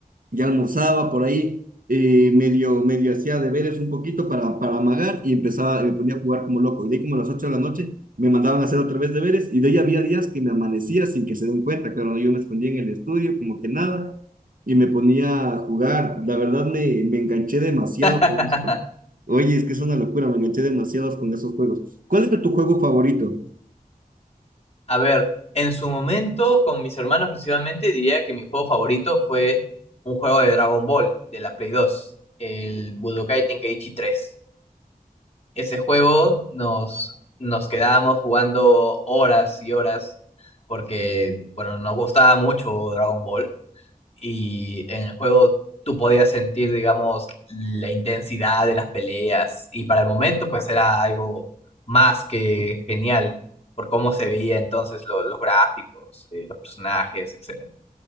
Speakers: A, on the right; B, on the left.
A: ya almorzaba por ahí, eh, medio, medio hacía deberes un poquito para, para amagar y empezaba, me ponía a jugar como loco. Y de ahí como a las 8 de la noche me mandaban a hacer otra vez deberes y de ahí había días que me amanecía sin que se den cuenta. Claro, yo me escondía en el estudio como que nada y me ponía a jugar. La verdad me, me enganché demasiado
B: <laughs>
A: con esto. Oye, es que es una locura, me enganché demasiado con esos juegos. ¿Cuál era tu juego favorito?
B: A ver, en su momento, con mis hermanos principalmente, diría que mi juego favorito fue un juego de Dragon Ball, de la Play 2, el Budokai Tenkaichi 3. Ese juego nos, nos quedábamos jugando horas y horas porque, bueno, nos gustaba mucho Dragon Ball. y en el juego tú podías sentir, digamos, la intensidad de las peleas y para el momento pues era algo más que genial por cómo se veía entonces lo- los gráficos, eh, los personajes, etcétera.